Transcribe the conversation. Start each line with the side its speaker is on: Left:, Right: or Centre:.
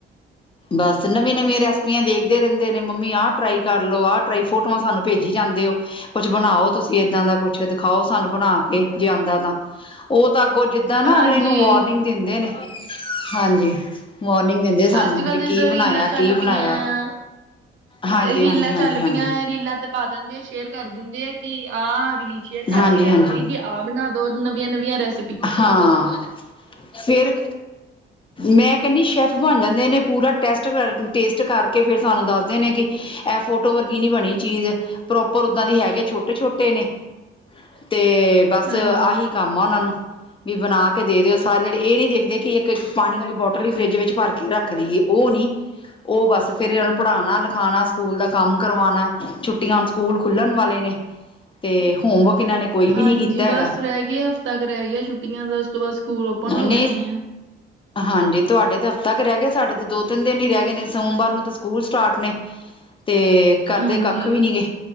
Left: ਬਸ ਨਵੀਂ ਨਵੀਆਂ ਰੈਸਪੀਆਂ ਦੇਖਦੇ ਰਹਿੰਦੇ ਨੇ ਮੰਮੀ ਆਹ ਟਰਾਈ ਕਰ ਲਓ ਆਹ ਟਰਾਈ ਫੋਟੋਆਂ ਸਾਨੂੰ ਭੇਜੀ ਜਾਂਦੇ ਹੋ ਕੁਛ ਬਣਾਓ ਤੁਸੀਂ ਏਦਾਂ ਦਾ ਕੁਛ ਦਿਖਾਓ ਸਾਨੂੰ ਬਣਾ ਕੇ ਜੇ ਆਉਂਦਾ ਤਾਂ ਉਹ ਤਾਂ ਅੱਗੋਂ ਜਿੱਦਾਂ ਨਾ
Right: ਹਾਂਜੀ
Left: ਅਗਲੇ ਨੂੰ ਵਾਰਨਿੰਗ ਦਿੰਦੇ ਨੇ, ਹਾਂਜੀ ਵਾਰਨਿੰਗ ਦਿੰਦੇ ਸਾਨੂੰ
Right: ਅੱਜ ਕੱਲ
Left: ਵੀ
Right: ਤਾਂ
Left: ਕੀ
Right: ਜਿੱਦਾਂ
Left: ਬਣਾਇਆ
Right: ਰੀਲਾਂ ਚੱਲ
Left: ਕੀ ਬਣਾਇਆ
Right: ਪਈਆਂ ਆ
Left: ਹਾਂਜੀ-ਹਾਂਜੀ,
Right: ਰੀਲਾਂ
Left: ਹਾਂਜੀ-ਹਾਂਜੀ
Right: ਚੱਲ ਪਈਆਂ ਰੀਲਾਂ ਤੇ ਪਾ ਦਿੰਦੇ ਆ। ਸ਼ੇਅਰ ਕਰ ਦਿੰਦੀ ਆ, ਕਿ ਆਹ ਰੀਲ ਸ਼ੇਅਰ
Left: ਹਾਂਜੀ
Right: ਕਰਦੀ ਰੈਸਪੀ
Left: ਹਾਂਜੀ
Right: ਵੀ ਆਹਬਣਾ ਦੋ ਨਵੀਆਂ-ਨਵੀਆਂ ਰੈਸ
Left: ਹਾਂ, ਫਿਰ ਮੈਂ ਕਹਿੰਦੀ ਸ਼ੈੱਫ ਬਣ ਜਾਂਦੇ ਨੇ, ਪੂਰਾ ਟੈਸਟ ਕਰ ਟੇਸਟ ਕਰਕੇ ਫਿਰ ਸਾਨੂੰ ਦੱਸਦੇ ਨੇ ਕਿ ਇਹ ਫੋਟੋ ਵਰਗੀ ਨੀ ਬਣੀ ਚੀਜ਼ ਪ੍ਰੋਪਰ ਓਦਾਂ ਦੀ ਹੈਗੇ। ਛੋਟੇ- ਛੋਟੇ ਨੇ ਤੇ ਬਸ,
Right: ਹਾਂ
Left: ਆਹੀ ਕੰਮ ਆ। ਉਹਨਾਂ ਨੂੰ ਵੀ ਬਣਾ ਕੇ ਦੇ ਦਿਓ। ਸਾਰੇ ਜਣੇ ਇਹ ਨੀ ਦੇਖਦੇ ਕਿ ਇੱਕ ਪਾਣੀ ਵਾਲੀ ਬੋਟਲ ਵੀ ਫਰਿੱਜ ਵਿੱਚ ਭਰ ਕੇ ਰੱਖਦੀ ਏ। ਉਹ ਨੀ ਉਹ ਬਸ ਫੇਿਰ ਪੜ੍ਹਾਉਣਾ ਲਿਖਾਉਣਾ ਸਕੂਲ ਦਾ ਕੰਮ ਕਰਵਾਉਣਾ ਛੁੱਟੀਆਂ ਸਕੂਲ ਖੁੱਲਣ ਵਾਲੇ ਨੇ ਤੇ, ਹੋਮਵਕ ਇਹਨਾਂ ਨੇ ਕੋਈ ਵੀ
Right: ਹਾਂਜੀ,
Left: ਨਹੀਂ ਕੀਤਾ
Right: ਬਸ
Left: ਹੈਗਾ
Right: ਰਹਿ ਗਏ ਹਫ਼ਤਾ ਕ ਰਹਿ ਗਿਆ ਛੁੱਟੀਆਂ ਦਾ ਉਸ ਤੋਂ ਬਾਅਦ ਸਕੂਲ ਓਪਨ ਹੋ
Left: ਨੇ
Right: ਜਾਣੇ ਆ
Left: ਹਾਂਜੀ, ਤੁਹਾਡੇ ਤੇ ਹਫਤਾ ਕ ਰਹਿ ਗਿਆ ਸਾਡੇ ਤੇ ਦੋ ਤਿੰਨ ਦਿਨ ਹੀ ਰਹਿ ਗਏ ਨੇ ਸੋਮਵਾਰ ਨੂੰ ਤਾਂ ਸਕੂਲ ਸਟਾਟ ਨੇ ਤੇ ਕਰਦੇ
Right: ਹਾਂਜੀ
Left: ਕੱਖ ਵੀ ਨੀ ਗੇ।